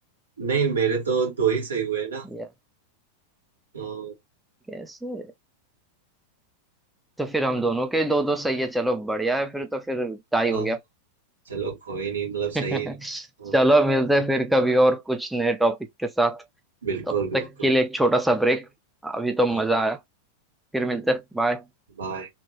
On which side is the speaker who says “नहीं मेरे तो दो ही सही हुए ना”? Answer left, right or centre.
Right